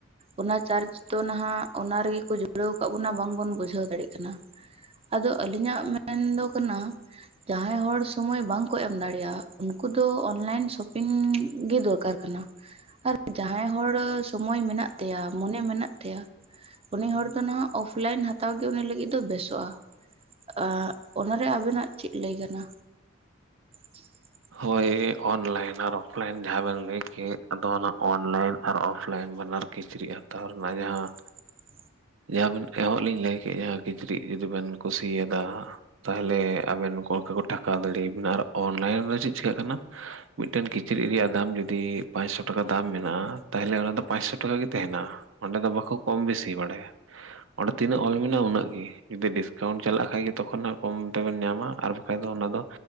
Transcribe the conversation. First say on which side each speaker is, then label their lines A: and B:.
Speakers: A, on the right; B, on the right.
A: ᱚᱱᱟ ᱪᱟᱨᱡ ᱫᱚ ᱱᱟᱦᱟᱜ ᱚᱱᱟ ᱨᱮᱜᱮ ᱠᱚ ᱡᱩᱲᱟᱹᱣ ᱠᱟᱫ ᱵᱚᱱᱟ ᱵᱟᱝᱵᱩᱱ ᱵᱩᱡᱷᱟᱹᱣ ᱫᱟᱲᱮᱜ ᱠᱟᱱᱟ᱾ ᱟᱫᱚ ᱟᱹᱞᱤᱧᱟᱜ ᱢᱮᱱ ᱫᱚ ᱠᱟᱱᱟ ᱡᱟᱦᱟᱸᱭ ᱦᱚᱲ ᱥᱩᱢᱚᱭ ᱵᱟᱝᱠᱚ ᱮᱢ ᱫᱟᱲᱮᱭᱟᱜ ᱩᱱᱠᱩ ᱫᱚ ᱚᱱᱞᱟᱭᱤᱱ ᱥᱚᱯᱤᱝ ᱜᱮ ᱫᱚᱨᱠᱟᱨ᱾ ᱠᱟᱱᱟ ᱟᱨ ᱡᱟᱦᱟᱸᱭ ᱦᱚᱲ ᱥᱚᱢᱚᱭ ᱢᱮᱱᱟᱜ ᱛᱟᱭᱟ ᱢᱚᱱᱮ ᱢᱮᱱᱟᱜ ᱛᱟᱭᱟ ᱩᱱᱤ ᱦᱚᱲ ᱫᱚ ᱱᱟᱦᱟᱜ ᱚᱯᱷ ᱞᱟᱭᱤᱱ ᱦᱟᱛᱟᱣ ᱜᱮ ᱩᱱᱤ ᱞᱟᱹᱜᱤᱫ ᱫᱚ ᱵᱮᱥᱚᱜᱼᱟ᱾ ᱟᱸ ᱚᱱᱟᱨᱮ ᱟᱵᱤᱱᱟᱜ ᱪᱮᱫ ᱞᱟᱹᱭ ᱠᱟᱱᱟ? <inaudible>
B: ᱦᱳᱭ ᱚᱱᱞᱟᱭᱤᱱ ᱟᱨ ᱚᱯᱷ ᱞᱟᱭᱤᱱ ᱡᱟᱦᱟᱸ ᱵᱮᱱ ᱞᱟᱹᱭ ᱠᱮᱫ ᱟᱫᱚ ᱚᱱᱟ ᱚᱱᱞᱟᱭᱤᱱ ᱟᱨ ᱚᱯᱷ ᱞᱟᱭᱤᱱ ᱵᱟᱱᱟᱨ ᱠᱤᱪᱨᱤᱜ ᱦᱟᱛᱟᱣ ᱨᱮᱱᱟᱜ ᱡᱟᱦᱟᱸ
A: <inaudible>
B: ᱡᱟᱦᱟᱸ ᱵᱮᱱ ᱮᱦᱚᱵ ᱞᱤᱧ ᱞᱟᱹᱭ ᱠᱮᱜᱼᱟ ᱠᱤᱪᱨᱤᱡ ᱡᱩᱫᱤ ᱵᱮᱱ ᱠᱩᱥᱤᱭᱟᱫᱟ? ᱛᱟᱦᱮᱞᱮ ᱟᱵᱮᱱ ᱠᱚ ᱚᱝᱠᱟ ᱠᱚ ᱴᱷᱟᱠᱟᱣ ᱫᱟᱲᱮᱭ ᱟᱵᱮᱱᱟ ᱟᱨ ᱚᱱᱞᱟᱭᱤᱱ ᱨᱮ ᱪᱮᱜ ᱪᱤᱠᱟᱹᱜ ᱠᱟᱱᱟ ᱢᱤᱜᱴᱮᱱ ᱠᱤᱪᱨᱤᱜ ᱨᱮᱭᱟᱜ ᱫᱟᱢ ᱡᱩᱚᱫᱤ ᱯᱟᱸᱪᱥᱚ ᱴᱟᱠᱟ ᱫᱟᱢ ᱢᱮᱱᱟᱜᱼᱟ ᱛᱟᱦᱚᱞᱮ ᱚᱱᱟ ᱫᱚ ᱯᱟᱸᱪᱥᱚ ᱴᱟᱠᱟ ᱜᱮ ᱛᱟᱦᱮᱱᱟ᱾ ᱚᱸᱰᱮ ᱫᱚ ᱵᱟᱠᱚ ᱠᱚᱢ ᱵᱮᱥᱤ ᱵᱟᱲᱟᱭᱟ, ᱚᱸᱰᱮ ᱛᱤᱱᱟᱹᱜ ᱚᱞ ᱢᱮᱱᱟᱜᱼᱟ ᱩᱱᱟᱹᱜ ᱜᱤ᱾ ᱡᱩᱚᱫᱤ ᱰᱤᱥᱠᱟᱣᱩᱱᱴ ᱪᱟᱞᱟᱜ ᱠᱷᱟᱱ ᱜᱮ ᱛᱚᱠᱷᱚᱱ ᱱᱟᱦᱟᱜ ᱠᱚᱢ ᱛᱮᱵᱮᱱ ᱧᱟᱢᱟ ᱟᱨ ᱵᱟᱠᱷᱟᱡ ᱫᱚ ᱚᱱᱟ ᱫᱚ